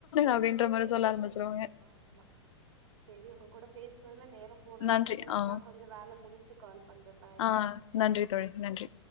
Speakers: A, on the left; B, on the right.
A: அப்டின்ற மாரி சொல்ல ஆரம்பிச்சிருவாங்க
B: ஆமா சேரி உங்க கூட பேசனதுல நேரம் போனதே
A: நன்றி
B: தெர்ல
A: ஆ
B: நா கொஞ்ச வேல முடிச்சிட்டு கால் பண்றே பாய்
A: ஆ நன்றி தோழி நன்றி